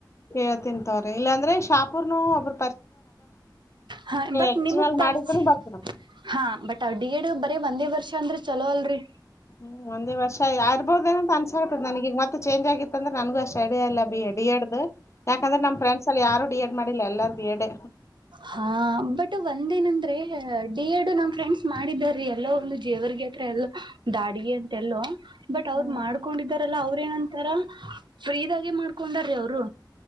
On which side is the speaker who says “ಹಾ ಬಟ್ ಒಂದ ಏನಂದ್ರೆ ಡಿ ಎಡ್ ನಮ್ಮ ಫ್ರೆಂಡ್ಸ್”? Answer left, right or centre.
Right